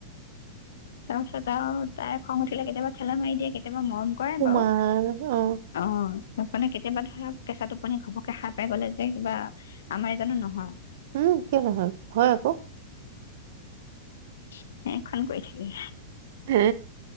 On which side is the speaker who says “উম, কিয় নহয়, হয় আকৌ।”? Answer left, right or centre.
Right